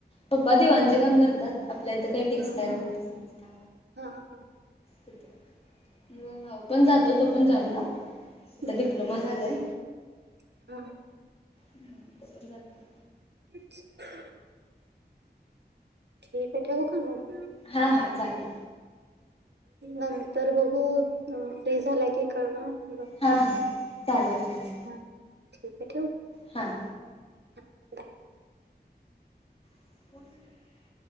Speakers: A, on the left; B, on the right.
A: पप्पा दिवांन चे काम करतात. आपल्या इथं काही टेक्स्टाईल
B: हा हा
A: बिझनेस का
B: हा हा
A: तथ. माझा भाऊ पण जातो तो पण जॉबला. तिथं
B: हम्म
A: डिप्लोमा
B: - हम्म
A: झालाय
B: - हा
A: ह तो पण जातो.
B: अ् <unintelligible> ठीक आहे ठेवू का मग?
A: हा हा चालेल.
B: नंतर बघू फ्री झालं की कळवा. बघते
A: हा हा
B: मी
A: चालेल चालेल
B: हां ठीके ठेवू?
A: हां
B: बाय
A: ह <unintelligible>